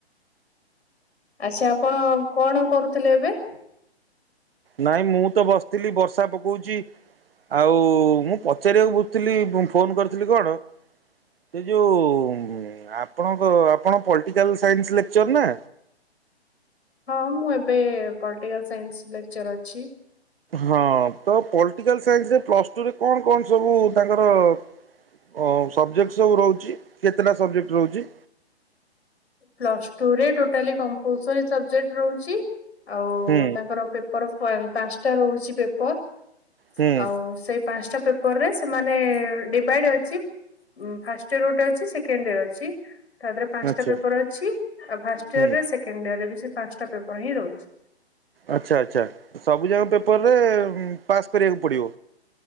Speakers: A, on the left; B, on the right.
A: ଆଚ୍ଛା ଆପଣ କଣ କରୁଥୁଲେ ଏବେ?
B: ନାଇଁ ମୁଁ ତ ବସିଥିଲି ବର୍ଷା ପକୋଉଚି। ଆଉ ମୁଁ ପଚାରିବାକୁ ବୁଝଥିଲି ବୋ ଫୋନ କରିଥିଲି କଣ ସେ ଯୋଉ ଉଁ ଆପଣଙ୍କ ଆପଣ ପଲଟିକାଲ ସାଇନ୍ସ ଲେକ୍ଚର ନାଁ?
A: ହଁ ମୁଁ ଏବେ ପଲିଟିକାଲ ସାଇନ୍ସ ଲେକ୍ଚର ଅଛି।
B: ହଁ ତ ପଲିଟିକାଲ ସାଇନ୍ସରେ ପ୍ଲସ ଟୁ ରେ କଣ କଣ ସବୁ ତାଙ୍କର ହ ସବଜେକ୍ଟସ୍ ସବୁ ରହୁଛି। କେତେଟା ସବଜେକ୍ଟ୍ ରହୁଛି।
A: ପ୍ଲସ ଟୁରେ ଟୋଟାଲି କମ୍ପଲସରୀ ସବଜେକ୍ଟ ରହୁଛି। ଆଉ
B: ହୁଁ
A: ତାଙ୍କର ପ୍ରେପର ସ୍କୋୟାରେ। ପାଞ୍ଚଟା ରହୁଛି ପେପର।
B: ହୁଁ
A: ଆଉ ସେଇ ପାଞ୍ଚଟା ପେପରରେ ସେମାନେ ଡିଭାଇଡି ଅଛି ଫାଷ୍ଟ ଇୟରେ ଗୋଟେ ଅଛି। ସେକେଣ୍ଡ ଇୟର ଅଛି। ତାପରେ ପାଞ୍ଚଟା
B: ଆଚ୍ଛା
A: ପେ ଅଛି ଆଉ ଫାଷ୍ଟ
B: ହୁଁ
A: ଇୟରେ ସେକେଣ୍ଡ ଇୟରେ ବି ସେଇ ପାଞ୍ଚଟା। ପେପର ହିଁ ରହୁଛି।
B: ଆଚ୍ଛା ଆଚ୍ଛା ସବୁ ଜାଙ୍କ ପେପର ପରେ ପାସ୍ କରିବାକୁ ପଡିବ